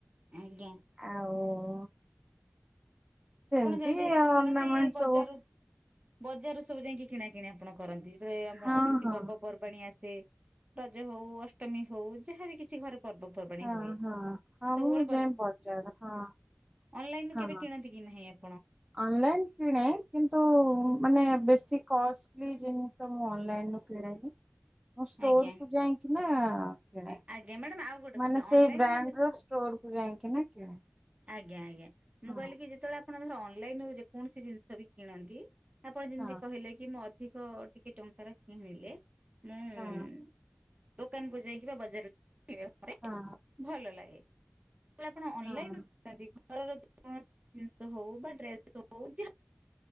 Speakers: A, on the right; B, on the right.
A: ଆଜ୍ଞା
B: ଆଉ ସେମିତି
A: ଆପଣ ଯାଇକି <unintelligible>
B: ଅର୍ଣ୍ଣାମେଣ୍ଟ
A: କିଣନ୍ତି ବଜାରୁ
B: ସବୁ
A: ବଜାରୁ ସବୁ ଯାଇକି କିଣା କିିଣି ଆପଣ କରନ୍ତି। ରେ <unintelligible>
B: ହଁ
A: କିଛି
B: ହଁ।
A: ପର୍ବପର୍ବାଣୀ ଆସେ ରଜ ହଉ ଅଷ୍ଟମୀ ହଉ, ଯାହାବି କିଛି ଘରେ ପର୍ବପର୍ବାଣୀ
B: ହଁ
A: ହୁଏ
B: ହଁ ହଁ
A: ସବୁବେଳେ
B: ମୁଁ ଯାଇଁ ବଜାରୁ ହଁ
A: ଅନଲାଇନ୍ ରୁ
B: ହଁ।
A: କେବେ କିଣନ୍ତି କି ହେ <unintelligible>
B: ଅନଲାଇନ କିଣେ କିନ୍ତୁ ମାନେ ବେଶୀ କଷ୍ଟ୍ ପ୍ଲିଜ, ଏ ଜିନିଷ ମୁଁ ଅନଲାଇନ ରୁ କିଣେଣି ମୁଁ ଷ୍ଟୋର
A: ଆଜ୍ଞା
B: କୁ ଯାଇକି ନାଁ ହଁ। କିଣେ,
A: ଆଜ୍ଞା ମ୍ୟାଡାମ ଆଉ ଗୋଟେ
B: ମାନେ
A: କଥା
B: ସେଇ
A: ଅନଲାଇନରେ
B: ବ୍ରାଣ୍ଡ ର ଷ୍ଟୋର କୁ ଯାଇକି, ନା କିଣେ
A: ଆଜ୍ଞା, ଆଜ୍ଞା।
B: ହଁ
A: ମୁଁ କହିଲି, ଯେତେବେଳେ ଆପଣ ଧର ଅନ୍ ଅନଲାଇନ୍ ରୁ ଯେକୌଣସି ଜିନିଷ ବି କିଣନ୍ତି ଆପଣ ଯେମିତି
B: ହଁ
A: କହିଲେ କି ମୁଁ ଅଧିକ ତ ଟିକେ ଟଙ୍କାର କିଣିଲେ <unintelligible>
B: ହଁ
A: ଦୋକାନକୁ ଯାଇକି ବା ବଜାର <unintelligible>
B: ହଁ
A: ଭଲ ଲାଗେ। ତାଲେ ଆପଣ ଅନଲାଇନ୍
B: ହଁ
A: ଘରରଣସି ଜିନିଷ ହଉ ବା ଡେସ ହଉ ଯ